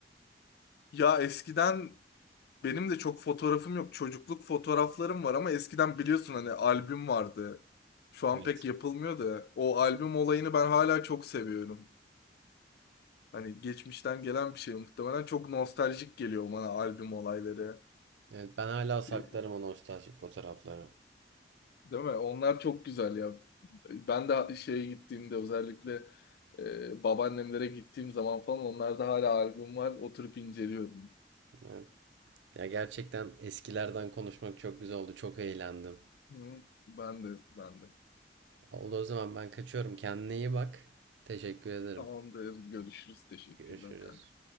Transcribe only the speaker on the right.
Evet.
Evet ben hala saklarım
o nostaljik fotoğrafları.
Evet. Ya gerçekten eskilerden konuşmak çok güzel oldu. Çok eğlendim.
Oldu o zaman ben kaçıyorum. Kendine iyi bak. Teşekkür ederim.
Görüşürüz.